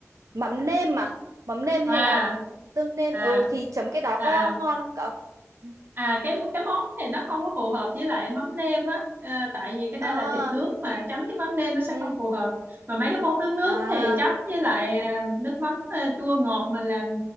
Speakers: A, on the right (about 75°); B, on the right (about 45°).
A: mắm nêm mà mắm nêm
B: à
A: hay là tương nêm
B: à
A: ừ thì chấm cái đó
B: à
A: có
B: à à
A: ngon không cậu Ừ.
B: à cái cái món thì nó không có phù hợp với lại mắm nêm á Ờ, tại vì cái đây
A: à
B: là thịt nướng mà chấm với mắm nêm nó sẽ
A: ừ
B: không phù hợp mà mấy cái món nướng nướng
A: à
B: thì chấm với lại à, nước mắm à, chua ngọt mà làm